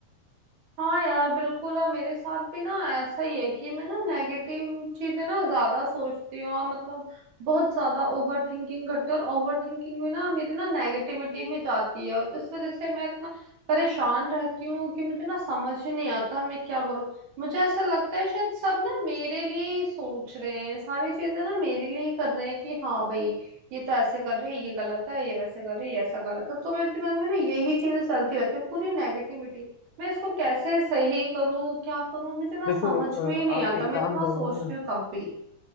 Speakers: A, on the right; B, on the left.
A: हाँ यार बिल्कुल और मेरे साथ भी ना ऐसा ही है कि मैं ना नेगेटिव चीजें ना ज्यादा सोचती हूँ और मतलब बहुत ज्यादा ओवर थिंकिंग करती हूँ और ओवर थिंकिंग में ना मेरी ना नेगेटिविटी में जाती है और उस वजह से मैं इतना परेशान रहती हूँ कि मुझे ना समझ ही नहीं आता मैं क्या करूँ मुझे ऐसा लगता है शायद सब ना मेरे लिए ही सोच रहे हैं सारी चीजें ना मेरे लिए ही कर रहे हैं कि हाँ भाई ये तो ऐसे कर रही है ये गलत है ये वैसे कर रही है ये ऐसा गलत है तो मेरे दिमाग में ना यही चीजें चलती रहती है पूरी नेगेटिविटी मैं इसको कैसे सही करूं क्या करूं मुझे ना
B: देखो
A: समझ
B: अ,
A: में ही नहीं
B: आप
A: आता
B: एक
A: मैं
B: काम
A: इतना
B: करो
A: सोचती
B: ना
A: हूँ तब भी